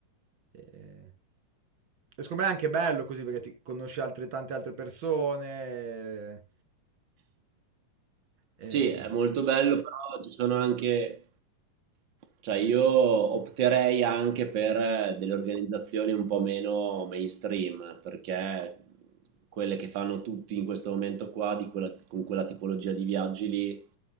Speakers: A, on the right; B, on the right.
A: E, e secondo me è anche bello così perché ti conosci altre, tante altre persone. eh,
B: Sì, è
A: eh,
B: molto bello, però ci sono anche, cioè io opterei anche per eh, delle organizzazioni un po' meno mainstream, perché quelle che fanno tutti in questo momento qua, di quella- con quella tipologia di viaggi lì,